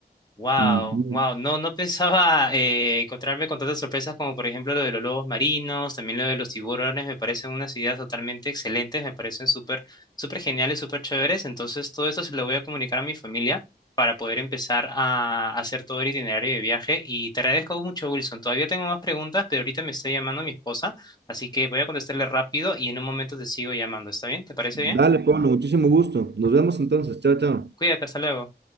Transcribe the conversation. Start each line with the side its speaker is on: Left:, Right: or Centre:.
Left: Wow,
Right: Ujú.
Left: wow, no, no pensaba eh, encontrarme con tantas sorpresas como por ejemplo lo de los lobos marinos, también lo de los tiburones, me parecen unas ideas totalmente excelentes, me parecen súper, súper geniales, súper chéveres, entonces todo eso se lo voy a comunicar a mi familia para poder empezar a hacer todo el itinerario de viaje y te agradezco mucho, Wilson, todavía tengo más preguntas, pero ahorita me está llamando mi esposa, así que voy a contestarle rápido y en un momento te sigo llamando, ¿está bien? ¿Te parece bien?
Right: Dale, Pablo, muchísimo gusto. Nos vemos entonces. Chao, chao.
Left: Cuídate, hasta luego.